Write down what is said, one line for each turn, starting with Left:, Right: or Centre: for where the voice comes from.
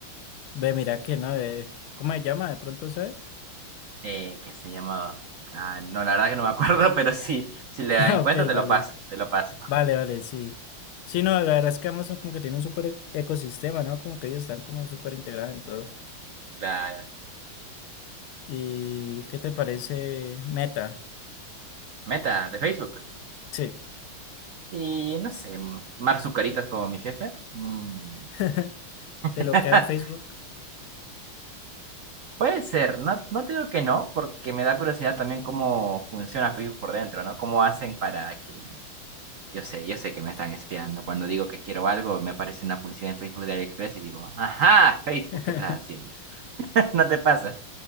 Left: ve, mira que no, de, ¿cómo se llama? ¿De pronto sabes? <laughs>
Right: eh, que se llamaba, ah, no, la verdad que no me acuerdo, <laughs> pero sí. Si le
Left: Ah,
Right: encuentro,
Left: ok,
Right: te
Left: vale.
Right: lo paso, te lo paso.
Left: Vale, vale, sí. Sí, no, la verdad es que Amazon como que tiene un súper ecosistema, ¿no? Como que ellos están como súper integrados en todo.
Right: Claro.
Left: ¿Y qué te parece Meta?
Right: Meta de Facebook.
Left: Sí,
Right: Y no sé, mm, Mark Zucaritas como mi jefe. Mm,
Left: <laughs> de
Right: <laughs>
Left: lo que da el Facebook.
Right: Puede ser, no, no te digo que no, porque me da curiosidad también cómo funciona Facebook por dentro, ¿no? Cómo hacen para que... Yo sé, yo sé que me están espiando. Cuando digo que quiero algo, me aparece una publicidad en Facebook de AliExpress y digo, ajá, Facebook,
Left: <laughs>
Right: ¿qué estás haciendo? <laughs> No te pasa.